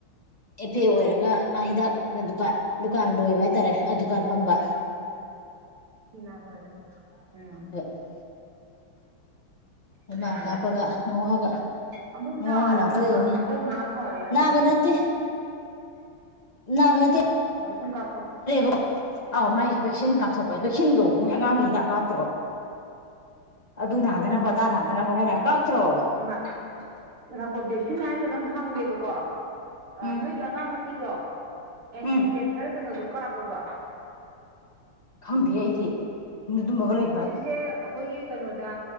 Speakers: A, on the left; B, on the right.
A: ꯑꯦꯐꯦ ꯑꯣꯏꯔꯝꯒ ꯃꯥ ꯍꯤꯗꯥꯛ ꯗꯨꯀꯥꯟ ꯗꯨꯀꯥꯟ ꯂꯣꯏꯕ ꯍꯥꯏꯇꯥꯔꯦ ꯗꯨꯀꯥꯟ ꯐꯝꯕ
B: ꯊꯤꯂꯥꯃꯣꯜ ꯎꯝ
A: <unintelligible> ꯑꯜꯃ
B: ꯑꯣ
A: ꯀꯥꯄꯒ ꯃꯋꯥꯒ
B: ꯑꯃꯨꯛ ꯅꯥꯔꯕ꯭ꯔꯕ
A: ꯃ ꯋꯥ ꯈ ꯂꯥꯛꯊꯗꯅꯤ
B: ꯍꯟꯇꯛ ꯅꯥ ꯐꯔꯦ ꯍꯥꯏꯗꯥꯏꯅꯦ
A: ꯕ ꯅꯠꯇ ꯅꯅꯦ
B: ꯁꯨꯡꯀ
A: <inaudible> ꯑꯥꯎ ꯃꯥꯥꯏ ꯚꯦꯛꯁꯤꯟ ꯀꯥꯞꯊꯣꯛꯄ ꯚꯦꯛꯁꯤꯟꯗꯣ ꯅꯣꯏ ꯑꯉꯥꯡꯒꯤ ꯍꯤꯗꯥꯛ ꯀꯥꯞꯇ꯭ꯔꯣ ꯑꯗꯨ ꯅꯥꯗꯅ ꯑꯗꯥ ꯅꯥꯗꯅꯕ <unintelligible> ꯀꯥꯞꯇ꯭ꯔꯣ
B: ꯃꯥ <unintelligible> ꯚꯦꯛꯁꯤꯟ <unintelligible> ꯍꯪꯒꯦꯕꯀꯣ ꯑ
A: ꯎꯝ
B: ꯅꯣꯏꯒꯤ ꯑꯉꯥꯡ ꯅꯨꯄꯤꯗꯣ ꯑꯦꯟꯇꯤ
A: ꯎꯝ
B: ꯀꯦꯟꯁꯔ ꯀꯩꯅꯣꯗꯣ ꯀꯥꯞꯄꯕ
A: ꯈꯪꯗꯦꯍꯦ ꯑꯩꯗꯤ ꯃꯒ ꯂꯩ
B: ꯍꯧꯖꯤꯛꯁꯦ ꯑꯩꯈꯣꯏꯒꯤ ꯀꯩꯅꯣꯗ